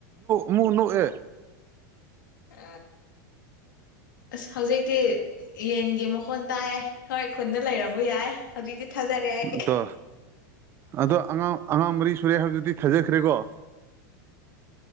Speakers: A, on the right; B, on the left.
A: ꯑꯃꯨꯛ ꯅꯣꯛꯑꯦ
B: ꯎ ꯑꯁ ꯍꯧꯖꯤꯛꯇꯤ ꯌꯦꯟꯒꯤ ꯃꯈꯣꯟ ꯇꯥꯏꯌꯦꯦ ꯍꯣꯏ ꯈꯨꯟꯗ ꯂꯩꯔꯝꯕ ꯌꯥꯏ ꯍꯧꯖꯤꯛꯇꯤ ꯊꯥꯖꯔꯦ ꯑꯩ
A: ꯑꯇꯣ ꯑꯗꯣ ꯑꯉꯥꯡ ꯑꯉꯥꯡ ꯃꯔꯤ ꯁꯨꯔꯦ ꯍꯥꯏꯕꯗꯨꯗꯤ ꯊꯥꯖꯈ꯭ꯔꯦꯀꯣ